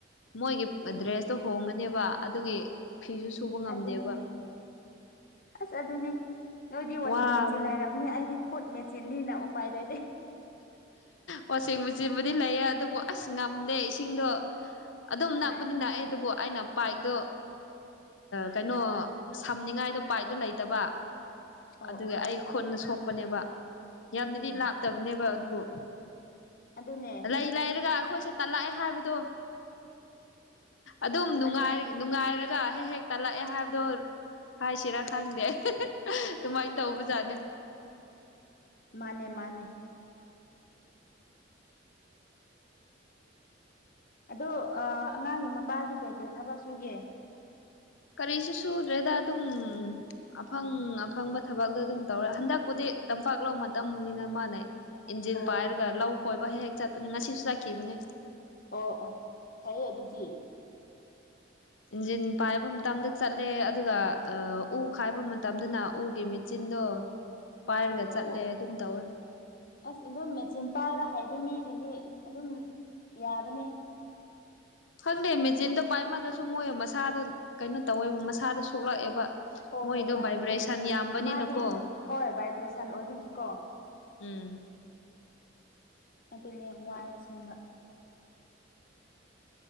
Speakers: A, on the left; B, on the left.
A: ꯃꯣꯏꯒꯤ ꯗ꯭ꯔꯦꯁꯇꯣ ꯍꯣꯡꯒꯅꯦꯕ ꯑꯗꯨꯒꯤ ꯐꯤꯁꯨ ꯁꯨꯕ ꯉꯝꯗꯦꯕ
B: ꯑꯗꯨꯅꯦ ꯑꯁ ꯑꯗꯨꯅꯤ ꯅꯣꯏꯗꯤ ꯋꯥꯁꯤꯡ
A: ꯋꯥꯕꯅ
B: ꯃꯦꯆꯤꯟ ꯂꯩꯔꯝ ꯑꯩꯗꯤ ꯈꯨꯠ ꯃꯦꯆꯤꯟꯅꯤꯅ ꯎꯄꯥꯏ ꯂꯩꯇꯦ
A: ꯋꯥꯆꯁꯤꯡ ꯃꯆꯤꯟꯕꯨꯗꯤ ꯂꯩꯌꯦ ꯑꯗꯨꯕꯨ ꯑꯁ ꯉꯝꯗꯦ ꯏꯁꯤꯡꯗꯣ ꯑꯗꯨꯝ
B: ꯍꯣꯏ
A: ꯅꯛꯄꯗꯤ ꯅꯛꯑꯦ ꯑꯗꯨꯕꯨ ꯑꯩꯅ ꯄꯥꯏꯗꯣ ꯀꯩꯅꯣ ꯁꯝꯅꯤꯉꯥꯏꯗ ꯄꯥꯏꯠꯇꯣ ꯂꯩꯇꯕ
B: ꯑꯣ
A: ꯑꯗꯨꯒ
B: ꯑꯣ
A: ꯑꯩ ꯈꯨꯣꯟꯠꯅ ꯁꯣꯛꯄꯅꯦꯕ ꯌꯥꯝꯅꯗꯤ
B: ꯎꯝ
A: ꯂꯥꯞꯇꯕꯅꯦꯕ ꯑꯗꯨꯕꯨ
B: ꯑꯗꯨꯅꯦ
A: ꯑꯩ ꯂꯩꯔꯒ ꯑꯩꯈꯣꯏꯁꯦ ꯇꯂꯛꯑꯦ ꯍꯥꯏꯕꯗꯣ ꯑꯗꯨꯝ ꯅꯨꯡꯉꯥꯏꯔ
B: ꯑꯗꯨꯅꯦ
A: ꯅꯨꯡꯉꯥꯏꯔꯒ ꯍꯦꯛ ꯍꯦꯛ ꯇꯥꯜꯂꯛꯑꯦ ꯍꯥꯏꯕꯗꯣ ꯍꯥꯏꯁꯤꯔꯥ ꯈꯪꯗꯦ ꯑꯗꯨꯃꯥꯏꯅ ꯇꯧꯕꯖꯥꯠꯅ
B: ꯃꯥꯅꯦ ꯃꯥꯅꯦ ꯑꯗꯣ ꯑꯉꯥꯡꯒꯤ ꯃꯄꯥꯗꯤ ꯀꯩ ꯀꯩ ꯊꯕꯛ ꯁꯨꯒꯦ
A: ꯀꯔꯤꯁꯨ ꯁꯨꯗ꯭ꯔꯦꯗ ꯑꯗꯨꯝ ꯑꯐꯪ ꯑꯐꯪꯕ ꯊꯕꯛꯇꯣ ꯑꯗꯨꯝ ꯇꯧꯔꯦ ꯍꯟꯗꯛꯄꯨꯗꯤ ꯇꯝꯄꯥꯛꯂ ꯇꯝꯕꯅꯤꯅ ꯃꯥꯅ ꯏꯟꯖꯤꯟ
B: ꯑꯣ
A: ꯄꯥꯏꯔꯒ ꯂꯧ ꯈꯣꯏꯕ ꯍꯦꯛ ꯍꯦꯛ ꯆꯠꯄꯅꯦ ꯉꯁꯤꯁꯨ ꯆꯠꯈꯤꯕꯅꯦ
B: ꯑꯣ ꯑꯣ ꯐꯩꯌꯦ ꯑꯗꯨꯗꯤ
A: ꯏꯟꯖꯤꯟ ꯄꯥꯏꯕ ꯃꯇꯝꯗ ꯆꯠꯂꯦ ꯑꯗꯨꯒ ꯎ ꯈꯥꯏꯕ ꯃꯇꯝꯗꯅ ꯎꯒꯤ ꯃꯦꯆꯤꯟꯗꯣ ꯄꯥꯏꯔꯒ ꯆꯠꯂꯦ
B: ꯑꯣ ꯑꯣ
A: ꯑꯗꯨꯝ ꯇꯧꯋꯦ
B: ꯑꯁ ꯑꯗꯨꯝ ꯃꯦꯆꯤꯟ ꯄꯥꯏꯕ ꯍꯥꯏꯕ ꯃꯤꯁꯤꯡꯗꯤ ꯑꯗꯨꯝ ꯌꯥꯕꯅꯦ
A: ꯈꯪꯗꯦ ꯃꯦꯆꯤꯟꯗꯣ ꯄꯥꯏꯃꯜꯂꯁꯨ ꯃꯣꯏ ꯃꯁꯥꯗꯣ ꯀꯩꯅꯣ ꯇꯧꯋꯦꯕ ꯃꯁꯥꯗ ꯁꯣꯛꯂꯛꯑꯦꯕ
B: ꯍꯣꯏ
A: ꯃꯣꯏꯗꯣ
B: ꯍꯣꯏ ꯃꯥꯅꯦ
A: ꯚꯥꯏꯕ꯭ꯔꯦꯁꯟ
B: ꯃꯥꯅꯦ
A: ꯌꯥꯝꯕꯅꯤꯅꯀꯣ
B: ꯃꯥꯗꯤ ꯍꯣꯏ ꯚꯥꯏꯕ꯭ꯔꯦꯁꯟ ꯑꯣꯏꯕꯤꯒꯤꯀꯣ
A: ꯎꯝ
B: ꯑꯗꯨꯅꯦ ꯋꯥꯏ ꯆꯤꯡꯕ